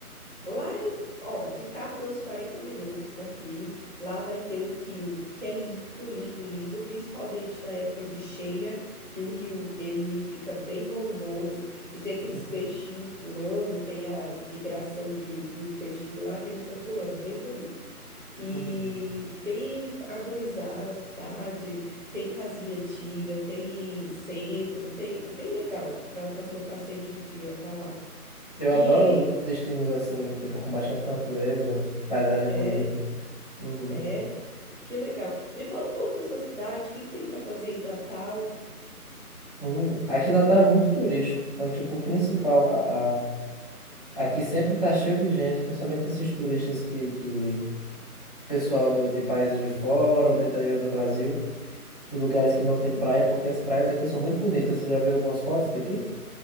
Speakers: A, on the right; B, on the left.
A: Lá eu, ó, de carro dá uns 40 minutos daqui. Lá vai ter um rio que é lindo, lindo, lindo, principalmente na época de cheia, que o rio ele fica bem volumoso e tem aqueles
B: Uhum.
A: peixinhos pulando, tem a migração de, de um peixinho lá que ele fica pulando, bem bonito. E
B: Uhum.
A: bem arborizada a cidade, tem casinha antiga, tem centro, tem, é bem legal para fazer um passeio de um dia para lá.
B: Eu
A: E
B: adoro destinos assim, tipo, com bastante natureza, paisagem
A: é
B: bonita. Uhum.
A: é. Que legal. Me fala um pouco da sua cidade, o que que tem para fazer aí em Natal?
B: Uhum. Aqui Natal é muito turístico. Então, tipo, o principal, a, a- aqui sempre tá cheio de gente, principalmente esses turistas que, que pessoal do, de países de fora ou do interior do Brasil, de lugares que não tem praia, porque as praias aqui são muito bonitas. Você já viu algumas fotos daqui?